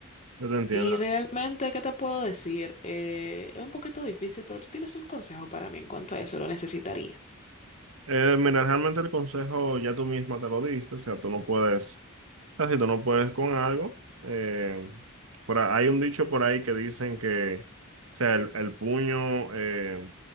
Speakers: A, on the right; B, on the left.
A: Yo te entiendo.
B: Y realmente, ¿qué te puedo decir? Eh, es un poquito difícil, pero tú tienes un consejo para mí en cuanto a eso, lo necesitaría.
A: Eh, mira, realmente el consejo ya tú misma te lo diste, o sea, tú no puedes, o sea, si tú no puedes con algo, eh, por a- hay un dicho por ahí que dicen que, o sea, el, el puño eh,